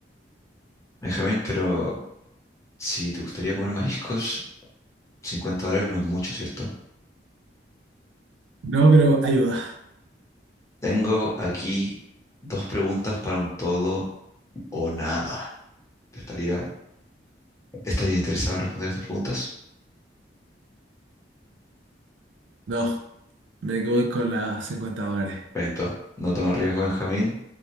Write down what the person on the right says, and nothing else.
No, pero ayuda.
No, me voy con las 50 dólares.